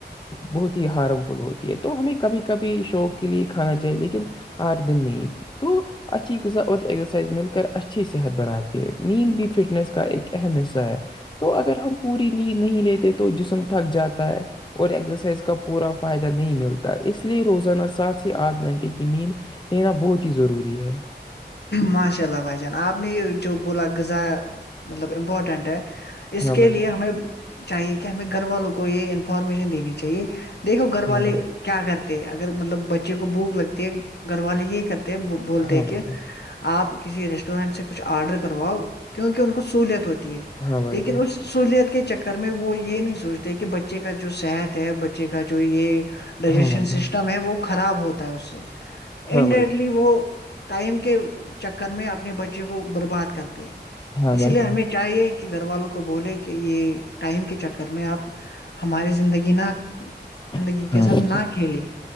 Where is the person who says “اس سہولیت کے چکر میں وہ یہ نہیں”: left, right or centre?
Left